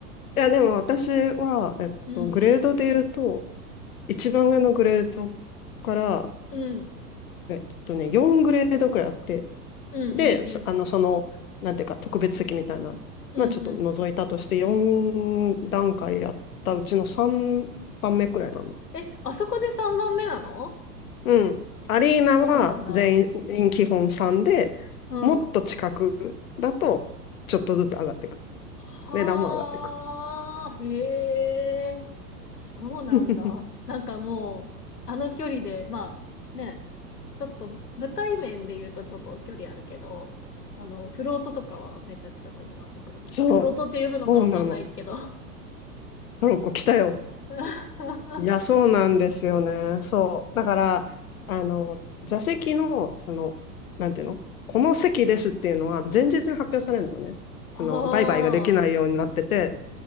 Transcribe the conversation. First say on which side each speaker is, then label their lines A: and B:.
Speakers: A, on the left; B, on the left.
A: いや、でも私は、えっと、
B: <laughs> うん、
A: グレードで言うと、一番上のグレードから、
B: うん、
A: えっとね、4グレードくらいあって、
B: うん、うん、
A: で、
B: うん、
A: そあの、その、なんていうか、特別席みたいな、
B: うん、
A: まあ、ちょっと覗いたとして、
B: うん。
A: 4段階やったうちの3番目くらいなの。
B: え、あそこで3番目なの
A: うん。アリーナは全員基本3で、
B: あ、そうなんだ。うん。
A: もっと近くだと、ちょっとずつ上がっていく。
B: はあ、
A: 値段も上がっていく。
B: へえそうなんだ。
A: <laughs>
B: なんかもう、あの距離で、まあ、ね、ちょっと舞台面で言うとちょっと距離あるけど、あの、フロートとかはめっちゃ近くに回ってくるじゃん。
A: そう。
B: あ、フロートって呼ぶのかわかんないけど。
A: そうなの。トロッコ来たよ。
B: <laughs> あ
A: いや、そうなんですよね。そう。だから、あの、座席の、その、なんていうのこの席ですっていうのは、前日に発表されるのね。その、
B: あ、
A: 売買ができないようになってて、